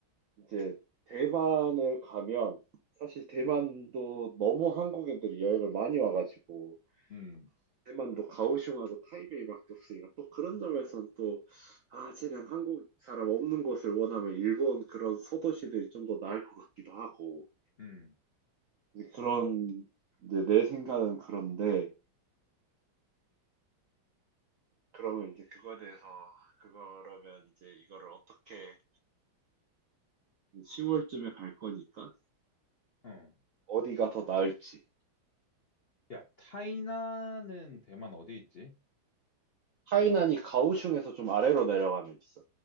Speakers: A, on the right; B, on the left.
A: 이제 대만을 가면 사실 대만도 너무 한국인들이 여행을 많이 와가지고
B: 음,
A: 대만도 가오슝하고 타이베이밖에 없으니까 또 그런 점에선 또 아, 쟤는 한국 사람 없는 곳을 원하면 일본 그런 소도시들이 좀 더 나을 것 같기도 하고
B: 음,
A: 이제 그런 이제 내 생각은 그런데 그러면 이제 그거에 대해서 그거라면 이제 이거를 어떻게 10월쯤에 갈 거니까.
B: 어.
A: 어디가 더 나을지.
B: 야, 타이난은 대만 어디에 있지?
A: 하이난이 가오슝에서 좀 아래로 내려가면 있어.